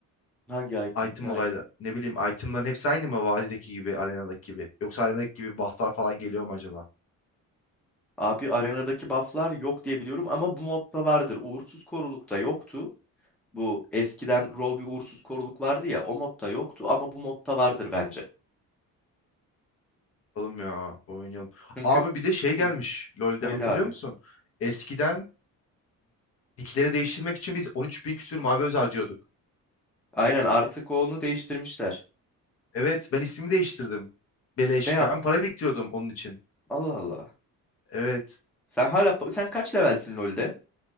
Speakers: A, in the centre; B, on the left.
A: Hangi item?
B: Item
A: Ne
B: olayla
A: item?
B: ne bileyim itemların hepsi aynı mı vadideki gibi arenadaki gibi? Yoksa arenadaki gibi bufflar falan geliyor mu acaba?
A: Abi arenadaki bufflar yok diye biliyorum ama bu modda vardır. Uğursuz korulukta yoktu. Bu eskiden Rov bir uğursuz koruluk vardı ya o modda yoktu ama bu modda vardır bence.
B: Oğlum ya oynayalım.
A: Çünkü
B: Abi bir de şey gelmiş
A: Hı,
B: LoL'de
A: öyle
B: hatırlıyor
A: abi.
B: musun? Eskiden nickleri değiştirmek için biz 13 bin küsür mavi öz harcıyorduk.
A: Aynen artık onu değiştirmişler.
B: Evet ben ismimi değiştirdim. Beleş
A: Ne yap?
B: ben para biriktiriyordum onun için.
A: Allah Allah.
B: Evet
A: Sen hala sen kaç levelsin LoL'de?